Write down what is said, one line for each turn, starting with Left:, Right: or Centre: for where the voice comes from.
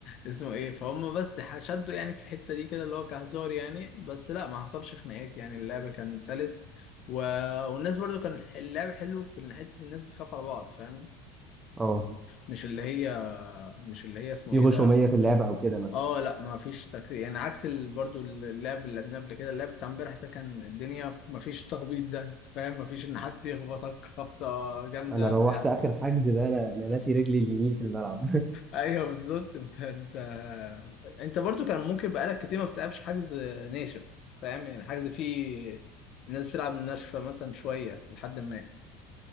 Left: اسمه ايه فهم بس ح- شدوا يعني في الحته دي كده اللي هو كهزار يعني بس لا ما حصلش خناقات يعني اللعب كان سلس و... والناس برضو كان اللعب حلو في إن حته الناس بتخاف على بعض فاهم
Right: اه
Left: مش اللي هي مش اللي هي اسمه
Right: في
Left: ايه
Right: غشوميه
Left: ده
Right: في اللعبه او كده مثلا
Left: اه لا ما فيش تكتيك يعني عكس ال... برضو اللعب اللي لعبناه قبل كده اللعب بتاع امبارح ده كان الدنيا ما فيش تخبيط ده فاهم ما فيش ان حد يخبطك خبطة جامدة
Right: انا روحت
Left: بتاع
Right: اخر حجز ده انا انا ناسي رجلي اليمين في الملعب
Left: ايوه بالظبط انت انت انت برضو كان ممكن بقالك كتير ما بتلعبش حجز ناشف فاهم يعني حجز فيه الناس بتلعب ناشفة مثلا شوية لحد ما